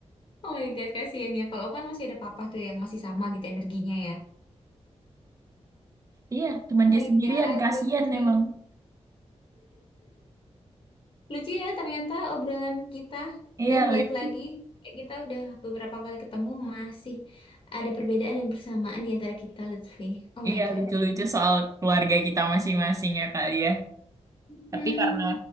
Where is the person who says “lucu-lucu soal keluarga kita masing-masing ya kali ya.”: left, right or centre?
Right